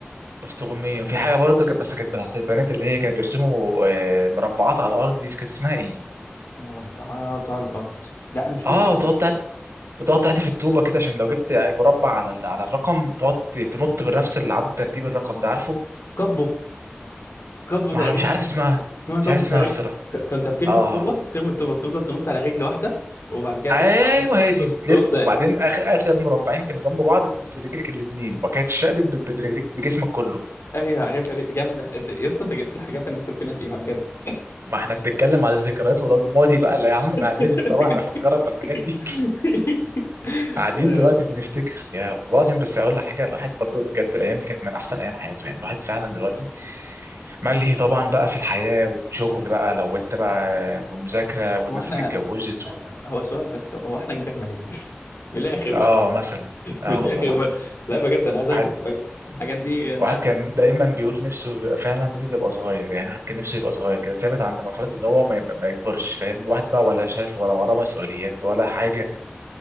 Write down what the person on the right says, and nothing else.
وسط غمية وفي حاجة برضه كانت بس كانت بتاعت البنات اللي هي كانت بيرسموا آه، مربعات على الأرض دي كانت اسمها إيه؟
آه وتقعد تعد وتقعد تحدف الطوبة كده عشان لو جبت المربع على ال- على الرقم تقعد ت- تنط بنفس العدد ترتيب الرقم ده عارفه؟
ما
مش عارف اسمها
مش
عارف اسمها
الصراحة
آه
أيوه
هي دي
تلف
وبعدين آخر آخر مربعين كانوا جنب بعض تنط برجلك الاتنين وبعد كده تشقلب ب- ب- برجلك بجسمك كله
ما احنا بنتكلم على الذكريات ولاد ماضي بقى لا يا عم ما
لازم طبعا افكرك بالحاجات دي قاعدين
دلوقتي بنفتكر يا والله العظيم بس اقول لك حاجه الواحد برضو بجد الايام دي كانت من احسن ايام حياته يعني الواحد فعلا دلوقتي ملهي طبعا بقى في الحياه والشغل بقى لو انت بقى والمذاكره والناس
اللي اتجوزت و...
اه مثلا اه
والله
العظيم
واحد
واحد كان دايما بيقول نفسه يبقى فعلا لازم يبقى صغير يعني واحد كان نفسه يبقى صغير كده ثابت عند مرحله ان هو ما, يبقى- ما يكبرش فاهم واحد بقى ولا شغل ولا وراه مسؤوليات ولا حاجه